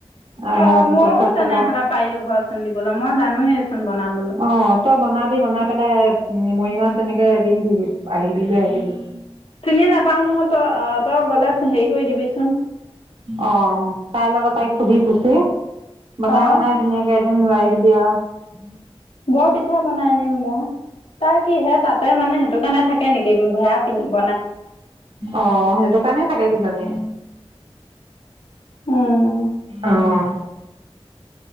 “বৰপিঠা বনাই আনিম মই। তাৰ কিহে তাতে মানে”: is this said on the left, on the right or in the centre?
Left